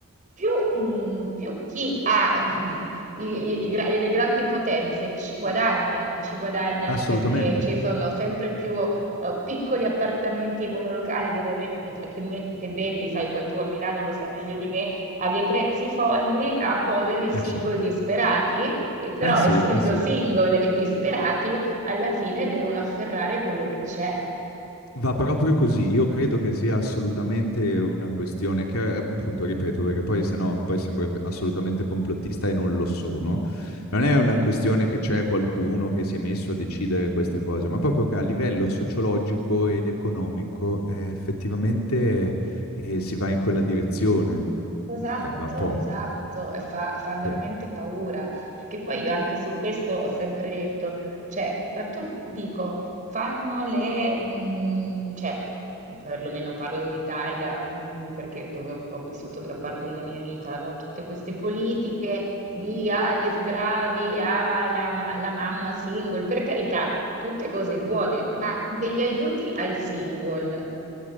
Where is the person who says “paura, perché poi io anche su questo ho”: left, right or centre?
Right